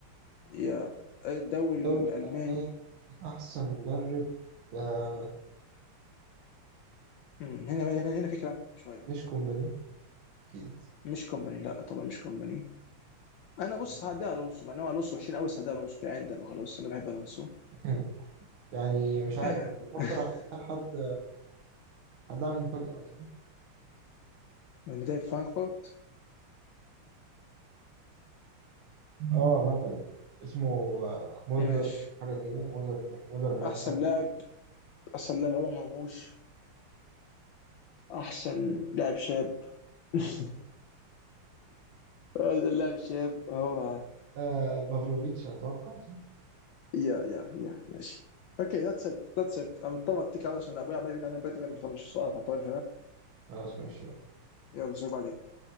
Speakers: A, on the left (about 70°); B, on the right (about 70°).
A: يا الدوري
B: الدوري الألماني
A: الالماني
B: أحسن مدرب آه،
A: أمم، هنا
B: كوبر،
A: هنا هنا في كلام شويه
B: مش كومباني أكيد
A: مش كومباني لا طبعا مش كومباني انا بص
B: يعني
A: هدي الونسو مع ان هو الونسو وحشين قوي بس هدي الونسو كده عندنا وخلاص انا بحب الونسو
B: <clears throat> يعني مش عارف
A: <laughs>
B: كنت بفكر أحط لحد حد أعمل مفاجأة مثلا
A: لما تلعب فرانكفورت
B: آه مثلا اسمه آه، مودلر
A: ماشي
B: حاجة كده مودلر مودلر مان
A: احسن
B: حاجة كده
A: لاعب احسن لاعب عمر مرموش احسن لاعب شاب <laughs> هذا لاعب شاب هو
B: آه بافلوفيتش أتوقع صح؟
A: يا يا يا ماشي اوكي ذاتس ات ذاتس ات انا مضطر اتكل علشان ابوي عمال يبين علينا بدري انا مطنش السؤال فطول
B: خلاص ماشي يلا
A: يلا اشوفك بعدين